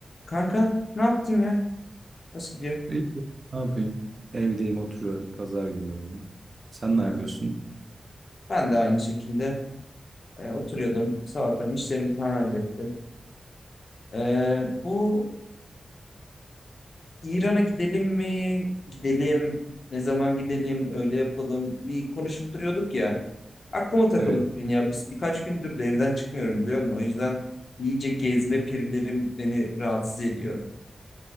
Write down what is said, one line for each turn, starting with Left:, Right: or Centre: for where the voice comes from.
Left: Kanka ne yaptın ya? Nasıl gidiyor?
Right: İyi, Ne yapayım? Evdeyim, oturuyorum. Pazar günü bugün. Sen
Left: Ee,
Right: ne yapıyorsun?
Left: ben de aynı şekilde e, oturuyordum. Sabahtan işlerimi falan hallettim. Ee, bu İran'a gidelim mi? Gidelim. Ne zaman gidelim? Öyle yapalım. Bir konuşup duruyorduk ya. Aklıma takıldı
Right: Evet,
Left: bugün ya. Biz birkaç gündür de evden çıkmıyorum biliyor musun? O yüzden iyice gezme perilerim beni rahatsız ediyor.